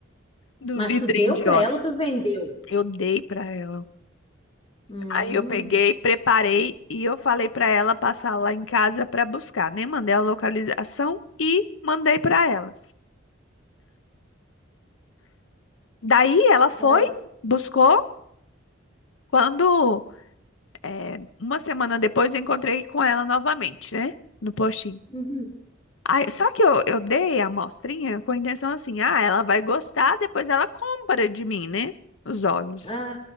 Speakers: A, on the left (about 80°); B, on the left (about 30°).
A: do
B: Mas
A: vidrinho
B: tu deu
A: de
B: pra
A: óleo.
B: ela ou tu vendeu?
A: Eu dei pra ela.
B: Hum.
A: Aí eu peguei, preparei e eu falei pra ela passar lá em casa pra buscar, né? Mandei a localização e mandei pra ela. Daí ela foi,
B: Daí,
A: buscou. Quando É, uma semana depois eu encontrei com ela novamente, né? No postinho.
B: Uhum.
A: Aí, só que eu, eu dei a amostrinha com a intenção assim, ah, ela vai gostar, depois ela compra de mim, né? Os olhos.
B: Ah,